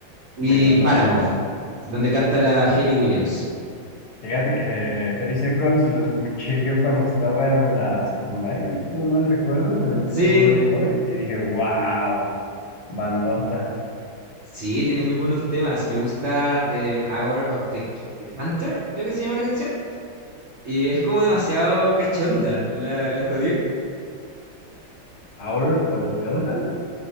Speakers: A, on the right; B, on the left.
A: y
B: muy buenos,
A: Paramore,
B: claro.
A: donde canta la Hayley Williams.
B: Fíjate que eh, 30 Seconds lo escuché yo cuando estaba en la secundaria, si no mal recuerdo, me lo enseñó
A: Sí,
B: un amigo y, y dije, wow, bandota.
A: sí, tiene muy buenos temas. Me gusta The Hour of the Hunter, creo que se llama la canción. Y es como demasiado cachonda, la, la jodió.
B: Power of Elephant?